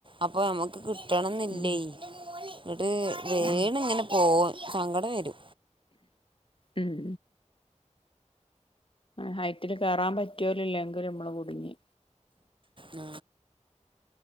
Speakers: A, on the right; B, on the left.
A: അപ്പൊ ഞമ്മക്ക് കിട്ടണംന്നില്ലേ
B: ഉം
A: ങ്ങ്ട്ട് വീണ്
B: ഉം
A: ങ്ങനെ പോവും സങ്കടം വെരും
B: ഉം ഹൈറ്റില് കേറാൻ പട്ട്യോലില്ലെങ്കില് ഞമ്മള് കുടുങ്ങി
A: ആ